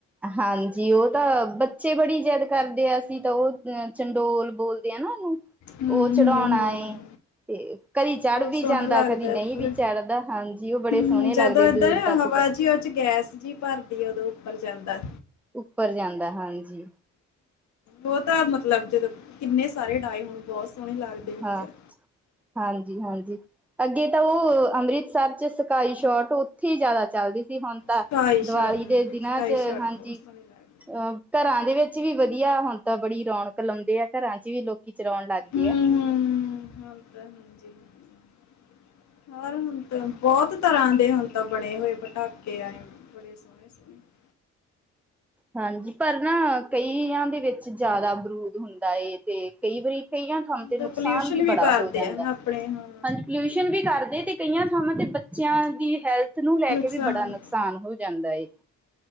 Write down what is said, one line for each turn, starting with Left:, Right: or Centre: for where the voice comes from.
Centre: ਹਾਂਜੀ ਉਹ ਤਾਂ ਬੱਚੇ ਬੜੀ ਜਿੱਦ ਕਰਦੇ ਆ ਅਸੀਂ ਤਾਂ ਉਹ ਅਹ ਚੰਡੋਲ ਬੋਲਦੇ ਹ ਨਾ ਉਹਨੂੰ
Left: ਹਮ
Centre: ਉਹ ਚੜਾਉਣਾ
Left: ਹਮ ਹਮ
Centre: ਏ ਤੇ ਕਦੀ ਚੜ
Left: ਬਹੁਤ
Centre: ਵੀ
Left: ਸੋਹਣਾ
Centre: ਜਾਂਦਾ
Left: ਲੱਗਦਾ
Centre: ਕਦੀ ਨਹੀਂ
Left: ਉੱਪਰ
Centre: ਵੀ ਚੜਦਾ ਹਾਂਜੀ ਉਹ ਬੜੇ
Left: ਹਮ
Centre: ਸੋਹਣੇ
Left: ਜਦੋਂ
Centre: ਲੱਗਦੇ
Left: ਏਦਾਂ
Centre: ਦੂਰ ਤੱਕ
Left: ਹਵਾ
Centre: ਜਾ
Left: ਜੀ ਉਹ ਗੈਸ ਜੀ ਭਰਦੀ ਉਦੋਂ ਉੱਪਰ ਜਾਂਦਾ।
Centre: ਉੱਪਰ ਜਾਂਦਾ ਹਾਂਜੀ।
Left: ਉਹ ਤਾਂ ਮਤਲਬ ਜਦੋਂ ਕਿੰਨੇ ਸਾਰੇ ਡਾਏ ਹੋਣ ਬਹੁਤ ਸੋਹਣੇ ਲੱਗਦੇ ਉੱਪਰ।
Centre: ਹਾਂ ਹਾਂਜੀ ਹਾਂਜੀ ਅੱਗੇ ਤਾਂ ਉਹ ਅੰਮ੍ਰਿਤਸਰ ਚ ਸਕਾਈ ਸ਼ੋਟ ਉੱਥੇ ਹੀ ਜ਼ਿਆਦਾ ਚਲਦੀ ਸੀ ਹੁਣ ਤਾਂ
Left: ਸਕਾਈ
Centre: ਦੀਵਾਲੀ
Left: ਸ਼ਾਟ ਹਾਂ
Centre: ਦੇ ਦਿਨਾਂ
Left: ਸਕਾਈ
Centre: ਚ
Left: ਸ਼ਾਟ
Centre: ਹਾਂਜੀ
Left: ਬਹੁਤ ਸੋਹਣੇ ਲੱਗਦੇ
Centre: ਅਹ ਘਰਾਂ ਦੇ ਵਿੱਚ ਵੀ ਵਧੀਆ ਹੁਣ ਤਾਂ ਬੜੀ ਰੌਣਕ ਲਾਉਂਦੇ ਆ ਘਰਾਂ ਚ ਵੀ ਲੋਕੀ ਚਲਾਉਣ ਲੱਗ
Left: ਹੂੰ
Centre: ਗਈ
Left: ਹੂੰ <inaudible> ਹੋਰ ਹੁਣ ਤਾਂ ਬਹੁਤ ਤਰ੍ਹਾਂ ਦੇ ਹੁਣ ਤਾਂ ਬਣੇ ਹੋਏ ਪਟਾਕੇ ਆਏ <unintelligible>
Centre: ਹਾਂਜੀ ਪਰ ਨਾ ਕਈਆਂ ਦੇ ਵਿੱਚ ਜ਼ਿਆਦਾ ਬਰੂਦ ਹੁੰਦਾ ਤੇ ਕਈ ਵਾਰੀ ਕਈਆਂ ਥਾਵਾਂ ਤੇ
Left: ਤਾਂ
Centre: ਨੁਕਸਾਨ
Left: ਪੋਲਿਊਸ਼ਨ
Centre: ਵੀ ਬੜਾ
Left: ਕਰਦੇ
Centre: ਹੋ ਜਾਂਦਾ
Left: ਆ ਨਾ ਆਪਣੇ ਹਾਂ
Centre: ਹਾਂਜੀ ਪੋਲਿਊਸ਼ਨ ਵੀ ਕਰਦੇ ਤੇ ਕਈਆਂ ਥਾਵਾਂ ਤੇ ਬੱਚਿਆਂ ਦੀ ਹੈਲਥ ਨੂੰ ਲੈ
Left: ਨੁਕਸਾਨ।
Centre: ਕੇ ਵੀ ਬੜਾ ਨੁਕ ਨੂਕਸਾਨ ਹੋ ਜਾਂਦਾ ਏ